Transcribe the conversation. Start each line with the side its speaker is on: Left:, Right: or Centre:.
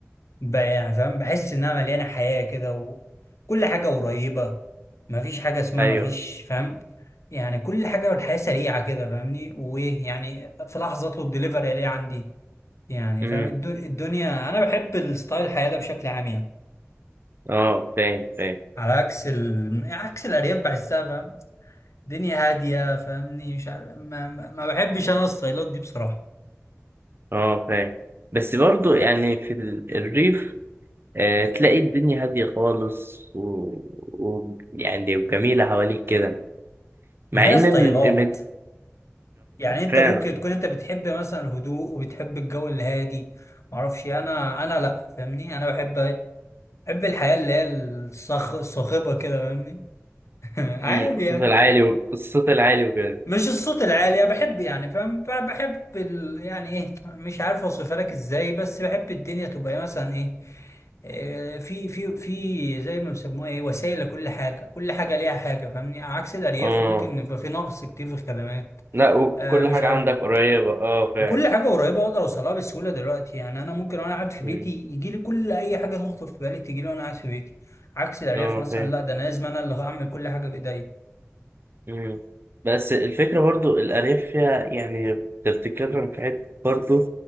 Left: بقى يعني فاهم بحس انها مليانه حياه كده وكل حاجه قريبه مفيش حاجه اسمها
Right: ايوه
Left: مفيش فاهم يعني كل حاجه والحياه سريعه كده فاهمني وايه يعني في لحظه اطلب دليفري الاقيه عندي يعني
Right: امم
Left: فاهم الدو- الدنيا انا بحب الستايل الحياه ده بشكل عام يعني
Right: اه فاهم فاهم
Left: على عكس ال... عكس الارياف بحسها فاهم دنيا هاديه فاهمني مش عارف ما, ما ما بحبش انا الستايلات دي بصراحه
Right: اه فاهم بس برضو يعني في ال- الريف آه تلاقي الدنيا هاديه خالص و... و... يعني وجميله حواليك كده مع
Left: ما هي
Right: ان
Left: ستايلات
Right: المد...
Left: يعني انت
Right: فعلا
Left: ممكن تكون انت بتحب مثلا الهدوء وبتحب الجو الهادي معرفش إيه. انا انا لا فاهمني انا بحب ايه بحب الحياة اللي هي الصخ... الصاخبة كده فاهمني <laughs> عادي
Right: امم الصوت
Left: يعني
Right: العالي و... الصوت العالي وكده
Left: مش الصوت العالي أنا بحب يعني فاهم ب- بحب ال... يعني ايه مش عارف اوصفها لك ازاي بس بحب الدنيا تبقى إيه مثلا ايه إيه، في في في زي ما بيسموها ايه وسائل لكل حاجة كل حاجة ليها حاجة فاهمني عكس الأرياف
Right: اه
Left: ممكن يبقى في نقص كتير في الخدمات
Right: لا وكل
Left: آه مش
Right: حاجه
Left: عارف
Right: عندك قريبه اه فعلا
Left: وكل حاجة قريبة أقدر أوصلها بسهولة دلوقتي يعني أنا ممكن وأنا قاعد في بيتي
Right: امم
Left: يجي لي كل أي حاجة تخطر في بالي تجي لي وأنا قاعد في بيتي عكس الأرياف
Right: اه
Left: مثلا
Right: فاهم
Left: لا ده أنا لازم أنا اللي هعمل كل حاجة بإيديا
Right: مم. بس الفكرة برضو الأرياف فيها يعني بتتكلم في حتة برضو